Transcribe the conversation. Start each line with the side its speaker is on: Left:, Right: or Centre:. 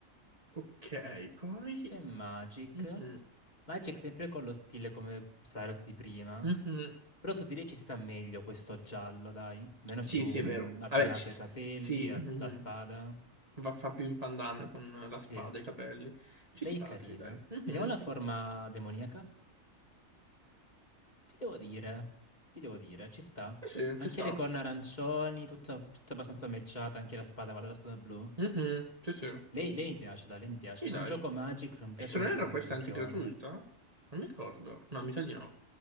Right: Ok, poi...
Left: C'è Magic.
Right: Mhm.
Left: Magic sempre con lo stile come Psylocke di prima.
Right: Mhm.
Left: Però su di lei ci sta meglio questo giallo, dai. Meno
Right: Sì,
Left: più
Right: sì,
Left: mm,
Right: è vero.
Left: abbinato
Right: Vabbè, ci... s-
Left: ai capelli,
Right: sì, mhm.
Left: a, a spada.
Right: Va, fa più in pandan con la
Left: Sì,
Right: spada e i capelli. Ci
Left: lei
Right: sta,
Left: è carina.
Right: sì, dai. Mhm,
Left: Vediamo la
Right: Sì,
Left: forma demoniaca. Ti devo dire, ti devo dire, ci sta.
Right: sì, sì, ci
Left: Anche
Right: sta.
Left: le corna arancioni, tutta, tutta abbastanza matchata, anche la spada, guarda la spada blu.
Right: Mhm, Sì, sì.
Left: Lei, lei mi piace, dai, lei mi piace.
Right: Sì,
Left: Non
Right: dai.
Left: gioco Magic, non mi
Right: E
Left: piace
Right: se
Left: molto
Right: non erro
Left: come
Right: questa
Left: campione.
Right: è anche gratuita? Non mi ricordo. No, mi sa di no.